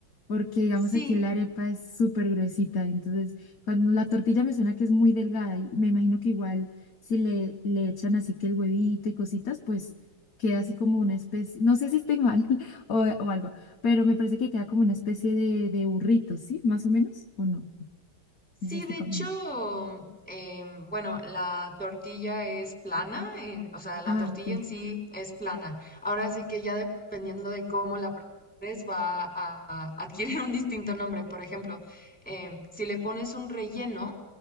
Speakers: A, on the left; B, in the centre.
A: porque digamos
B: Sí,
A: aquí la arepa es súper gruesita, entonces cuando la tortilla me suena que es muy delgada y me imagino que igual si le, le echan así que el huevito y cositas, pues queda así como una especie, no sé si estoy mal <laughs> o, o algo, pero me parece que queda como una especie de, de burrito, ¿sí? Más o menos, ¿o no?
B: Sí,
A: No sé si estoy
B: de
A: confundiendo.
B: hecho, em, bueno, la tortilla es plana, en- o sea, la
A: Ah,
B: tortilla
A: ok,
B: en sí es plana. Ahora sí que ya dependiendo de cómo la prepares va a <laughs> adquirir un distinto nombre. Por ejemplo, em, si le pones un relleno